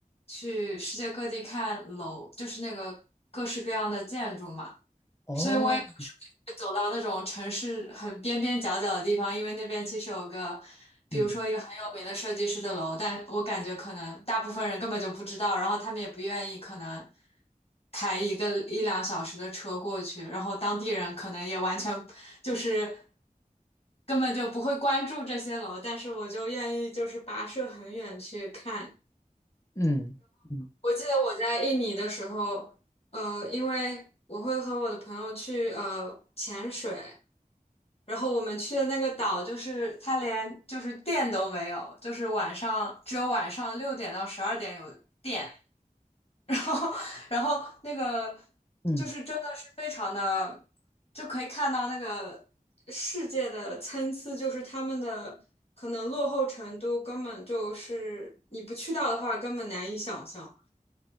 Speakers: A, on the left; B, on the left.
A: 去世界各地看楼，就是那个各式各样的建筑嘛。
B: 哦，
A: 所以我也不是会走到那种城市很边边角角的地方，因为那边其实有个，比如说一个很有名的设计师的楼，
B: 嗯
A: 但我感觉可能大部分人根本就不知道，然后他们也不愿意可能开一个一两小时的车过去，然后当地人可能也完全就是根本就不会关注这些楼，但是我就愿意就是跋涉很远去看。
B: 嗯嗯
A: 我记得我在印尼的时候，呃，因为我会和我的朋友去呃潜水，然后我们去的那个岛就是它连就是电都没有，就是晚上只有晚上六点到十二点有电，<laughs> 然后然后那个
B: 嗯。
A: 就是真的是非常的，就可以看到那个世界的参差，就是他们的可能落后程度根本就是你不去到的话根本难以想象，